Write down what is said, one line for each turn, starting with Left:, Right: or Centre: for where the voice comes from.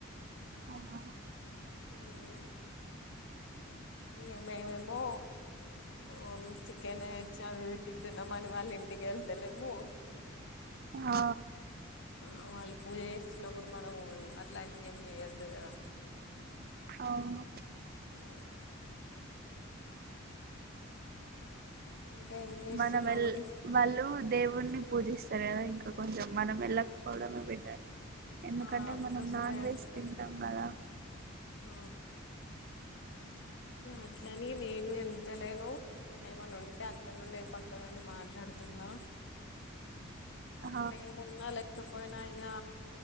Right: అవునా
Left: ఉమ్ ఇగ మేమేమో వం చికెన్ చావివి తింటున్నామని వాళ్ళ ఇంటికి వెళ్తలేము.
Right: హా
Left: ఆ వాళ్ళు పూజ చేస్తున్నప్పుడు మనము అట్లాంటివి ఏమి చేయద్ దుగదా
Right: అవును
Left: మ్ ఉ ఇంకా ఏం చేస్తున్నావు
Right: మనం వెల్
Left: మరి
Right: వాళ్ళు దేవుణ్ణి పూజిస్తారు కదా ఇంకా కొంచెం మనం వెళ్ళకపోవడమే బెటర్ ఎందుకంటే
Left: ఆ అందుకోసమే
Right: మనం నాన్
Left: వెళ్తలేం
Right: వెజ్ తింటాం కదా
Left: ఆ అట్లని నేను వెళ్తలేను ఏమనా ఉంటే అక్కడ నుండి పక్క నుండి మాట్లాడుతుందా అట్లే
Right: ఆ
Left: ఉన్నా లేకి పోయినా య్య